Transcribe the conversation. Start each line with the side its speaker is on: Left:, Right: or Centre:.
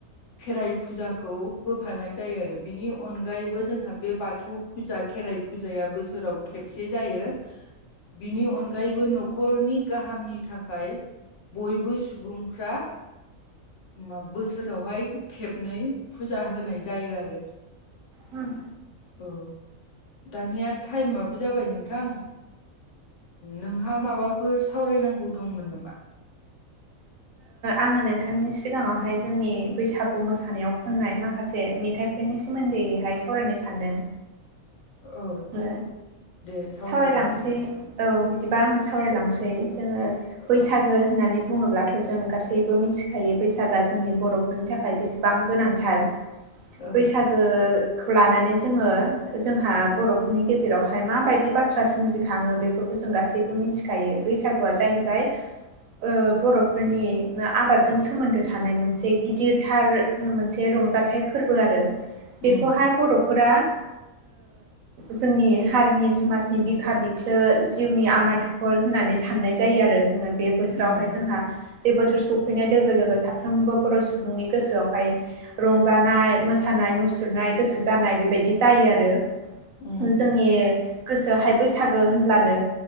Left: खेराइ फुजाखौ होफानाय जायो आरो बिनि अनगायैबो जोंहा बे बाथौ फुजा खेराइ फुजाया बोसोराव खेबसे जायो बिनि अनगायैबो न'खरनि गाहामनि थाखाय बयबो सुबुंफ्रा खमबा बोसोरावहाय खेबनै फुजा होनाय जायो आरो
Right: उम
Left: औ दानिया टाइमाबो जाबाय नोंथां नोंहा माबाफोर सावरायनांगौ दंमोन नामा?
Right: आङो नोंथांनि सिगाङावहाय जोंनि बैसागु मोसानायाव खननाय माखासे मेथाइ फोरनि सोमोन्दैहाय सावरायनो सानदों
Left: औ
Right: ओ
Left: दे सावरायनो
Right: सावरायलांसै
Left: हागोन नोंथाङा
Right: औ बिदिबा आङो सावरायलांनोसै जोङो बैसागो
Left: औ
Right: होननानै बुङोब्लाथ' जों गासैबो मिथिखायो बैसागआ जोंनि बर'फोरनि थाखाय बेसेबां गोनांथार
Left: औ
Right: बैसागोखौ लानानै जोङो जोंहा बर' बेनि गेजेरावहाय माबायदि बाथ्रा सोमजिखाङो बेफोरखौ जों गासैबो मिथिखायो बैसागुआ जाहैबाय
Left: <inaudible>
Right: ओ बर'फोरनि आबादजों सोमोन्दो थानाय मोनसे गिदिरथार मोन से रंजाथाइ फोरबो आरो
Left: उम
Right: बेखौहाय बर'फोरा जोंनि हारिनि समाजनि बिखा बिख्लो जिउनि आमाइ‌ थखर होननानै साननाय जायो आरो जोङो बे बोथोरावहाय
Left: उम
Right: जोंहा बे बोथोर सफैनाय लोगो लोगो साफ्रोमबो बर' सुबुंनि गोसोआवहाय रंजानाय मोसानाय मुसुरनाय गोसो जानाय बेबायदि जायो आरो
Left: उम
Right: जोंनि गोसोआहाय बैसागो होनब्लानो